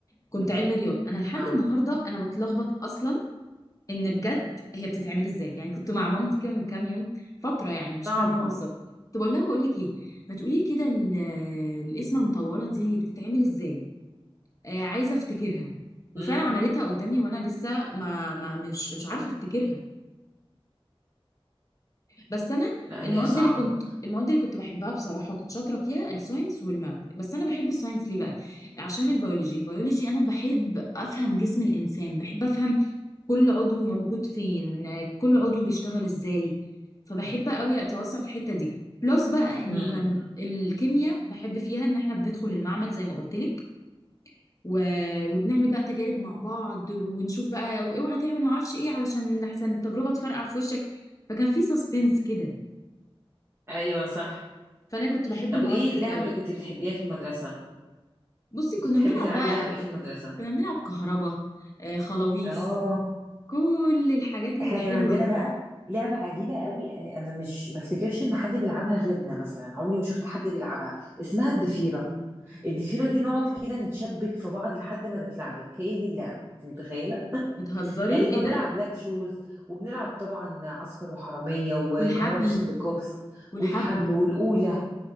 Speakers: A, on the left; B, on the right.
A: كنت علمي رياضة انا لحد
B: اه
A: النهارده انا بتلخبط اصلا ان بجد هي بتتعمل ازاي يعني كنت مع مامتي كده من كام يوم فترة يعني مش
B: صعبة
A: كام يوم بالظبط كنت بقول لها بقول لك ايه ما تقولي لي كده ال- القسمة المطولة دي بتتعمل ازاي آه عايزة افتكرها وفعلا
B: امم
A: عملتها قدامي وانا لسه ما, ما مش مش عارفة افتكرها بس انا
B: لا هي
A: المواد
B: صعبة
A: اللي كنت المواد اللي كنت بحبها بصراحة وكنت شاطرة فيها الساينس والماث بس انا بحب الساينس ليه بقى عشان البيولوجي البيولوجي انا بحب افهم جسم الانسان بحب افهم كل عضو موجود فين كل عضو بيشتغل ازاي فبحب قوي اتوسع في الحته دي بلس بقى انه
B: امم
A: كان الكيمياء بحب فيها ان احنا بندخل المعمل زي ما قلت لك و... وبنعمل بقى تجارب مع بعض ونشوف بقى واوعى تعمل معرفش ايه علشان لحسن التجربه تفرقع في وشك فكان في سسبنس كده
B: ايوه صح
A: فانا كنت بحب
B: طب
A: المواد
B: ايه
A: دي
B: اللعبة
A: قوي
B: اللي كنت بتحبيها في المدرسة
A: بصي
B: كنت
A: كنا
B: بتحبي
A: بنلعب
B: تلعبي
A: بقى
B: لعب ايه في المدرسة
A: كنا بنلعب كهربا آه خلاويص
B: اه
A: كل الحاجات الحلوه
B: احنا كان عندنا
A: دي
B: بقى لعبة عجيبة قوي انا مش ما افتكرش ان حد بيلعبها غيرنا مثلا عمري ما شفت حد بيلعبها اسمها الضفيرة الضفيرة دي نقعد كده نتشبك في بعض لحد ما نتلعبك هي دي اللعبة انت متخيلة
A: بتهزري
B: يعني كنا
A: ايه ده
B: بنلعب بلاك شوز وبنلعب طبعا عسكر وحرامية وكهربا
A: والحبل
B: شد كوبس
A: والحبل
B: والحبل والأولى